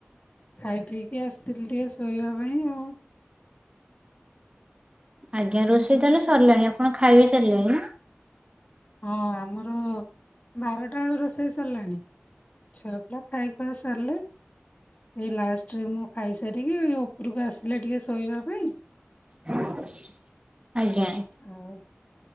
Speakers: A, on the left; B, on the right.
A: ଖାଇ ପିଇକି ଆସିଥିଲି ଟିକେ ଶୋଇବା ପାଇଁ ଆଉ।
B: ଆଞା ଆଜ୍ଞା ରଷେଇ ତାହେଲେ ସିରଲାଣି ପଣ ଖାଇ ସାରିଲେଇଁ ନା?
A: ହଁ ଆମର ବାରଟା ବେଳୁ ରୋଷେଇ ସରିଲାଣି। ଛୁଆ ପିଲା ଖାଇ ଖୁଆ ସାରିଲେ ଏଇ ଲାଷ୍ଟରେ ମୁଁ ଖାଇସାରିକି ଉପରକୁ ଆସିଲି ଟିକେ ଶୋଇବା ପାଇଁ।
B: <inaudible> ଆଜ୍ଞା
A: ଆଉ